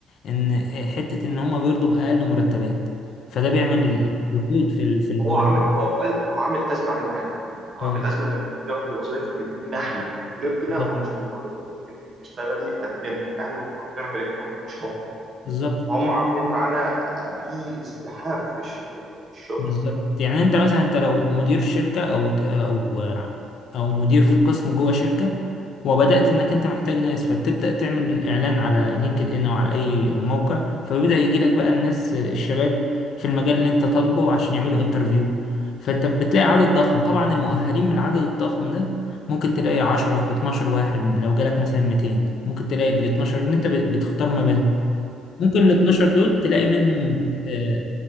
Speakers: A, on the left (about 55°); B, on the right (about 35°).
A: ان حتة ان هم بيرضوا باقل مرتبات فده بيعمل ركود في ال- في المرتب
B: هو عامل هو هو عامل ازمه علينا احنا يعني هو
A: اه
B: عامل ازمه ان بياخدوا الوظائف مننا احنا غير كده
A: بالظبط
B: هو مش مطالب منك انك تشتغلي قدنا احنا المفروض نعمل الكلام ده مش هم
A: بالظبط
B: هم عاملين معانا في ازدحام في الش- في ال- في الشغل
A: بالظبط يعني انت مثلا انت لو مدير شركة او او او مدير في قسم جوه شركة وبدأت انك انت محتاج ناس فبتبدأ تعمل اعلان على لينكد ان او على اي موقع فبيبدأ يجيلك بقى الناس الشباب في المجال اللي انت طالبه عشان يعملوا انترفيو فانت بتلاقي عدد ضخم طبعا المؤهلين من العدد الضخم ده ممكن تلاقي 10 12 واحد لو جالك مثلا 200 ممكن تلاقي ال 12 ان انت بتختار ما بينهم ممكن ال 12 دول تلاقي منهم آه،